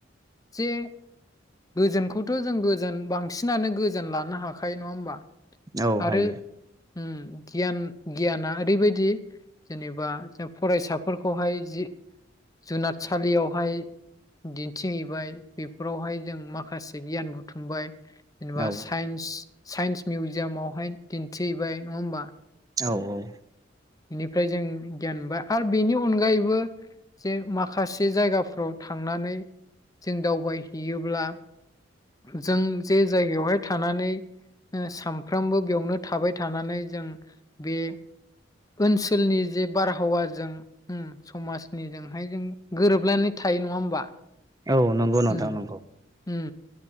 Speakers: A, on the left (about 20°); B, on the right (about 20°).
A: जे गोजोनखौथ जों गोजोन बांसिनानो गोजोन लानो हाखायो नङा होमबा।
B: औ
A: आरो
B: हायो
A: उम गियान गियाना ओरैबायदि जेनेबा फरायसाफोरखौहाय जि जुनादसालियाव हाय दिन्थिहैबाय बेफोरावहाय जों माखासे गियान बुथुमबाय। जेनेबा
B: औ
A: साइन्स साइन्स मिउजियामावहाय दिन्थिहैबाय नङा होमबा ‌
B: औ औ
A: बेनिफ्राय जों गियान बा आरो बेनि अनगायैबो जे माखासे जायगा फ्राव थांनानै जों दावबायहैयोब्ला जों जे जायगायावहाय थानानै ओ सानफ्रामबो बेयावनो थाबाय थानानै जों बे ओनसोलनि जे बारहावाजों उम समाजनिजोंहाय जों गोरोबनानै थायो नङा होमबा
B: औ नंगौ नंथां
A: उम
B: नंगौ
A: उम